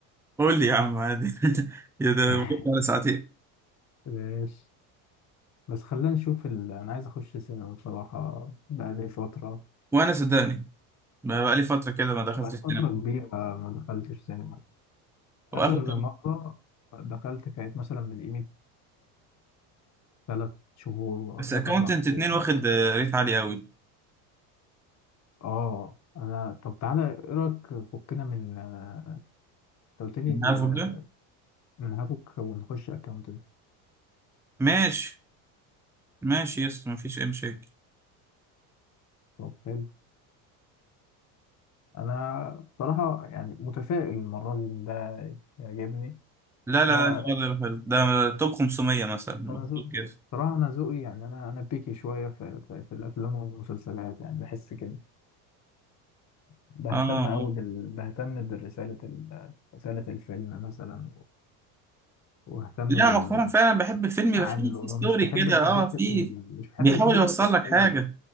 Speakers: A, in the centre; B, on the left (about 40°).
A: قول لي يا عم عادي <laughs> يا ده
B: <laughs>
A: بقيت على ساعتين
B: ماشي بس خلينا نشوف ال... انا عايز اخش سينما بصراحة بقالي فترة
A: وانا صدقني ما بقى لي فتره كده ما دخلتش
B: بقالي
A: السينما
B: فترة كبيرة ما دخلتش سينما
A: واخد
B: اخر مرة دخلت كانت مثلا من قيمة ثلاث شهور
A: بس
B: ثلاث
A: اكونتنت
B: اربع شهور
A: اتنين
B: مثلا
A: واخد آه، ريت عالي قوي
B: اه انا طب تعالى ايه رايك فكنا من آه، انت قلت لي
A: أنا
B: ال-
A: عارفه ده
B: من هافوك ونخش اكونت
A: ماشي ماشي يا اسطى مفيش اي مشاكل
B: طب حلو انا بصراحه يعني متفائل المره دي إن ده يعجبني
A: لا لا
B: انا
A: لا
B: انا
A: ده حلو ده توب 500 مثلا مكتوب
B: انا ذوقي
A: كده
B: بصراحه انا ذوقي يعني انا انا بيكي شويه في, في, في الافلام والمسلسلات يعني بحس كده بهتم
A: اه آه.
B: قوي بال... بهتم بالرساله ال... رساله الفيلم مثلا واهتم
A: لا
B: بالمعاني
A: مؤخرا فعلا بحب الفيلم يبقى
B: اللي
A: فيه فيه
B: وراه
A: ستوري
B: مش بحب
A: كده
B: الحاجات
A: اه فيه
B: ال... مش بحب
A: بيحاول
B: الحاجات
A: يوصل
B: السطحيه
A: لك حاجه